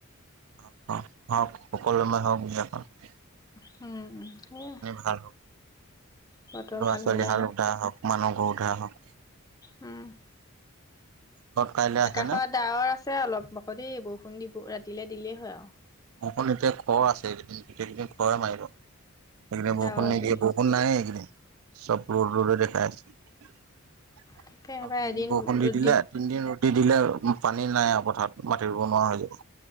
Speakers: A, on the right (about 75°); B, on the left (about 15°).
A: অ সকলো মানুহক পিয়েৰ কয়।
B: হম। সেয়া।
A: ভাল হওক
B: বতৰ
A: ল'ৰা
B: ভাল
A: ছোৱালী
B: হ'লেই
A: হাল
B: হয়
A: উঠাই আহক মানুহ, গৰু ধোৱাই আহক।
B: উম।
A: ঘৰত কাইলৈ আছে
B: আকাশত
A: নে
B: ডাৱৰ আছে অলপ আকৌ দেই বৰষুণ দিব ৰাতিলে দিলেই হয় আৱ।
A: অকল এতিয়া খৰ আছে গোটেইখিনি খৰে মাৰিব। প্ৰতিবাই বৰষুন
B: ডাৱৰ
A: নিদিয়ে।
B: বুলি
A: বৰষুন নাইয়ে এইকেইদিন। চব ৰদ ৰদে দেখাই আছে। আৰু
B: তাকে এবাৰ
A: তিনদিন
B: এদিন
A: বৰষুণ
B: ৰ'দ
A: দি দিলে তিনদিন ৰদে দিলে আওঁ উ পানী নাই আও পথাৰত। মাটি ৰুব নোৱাৰা হৈ যাব।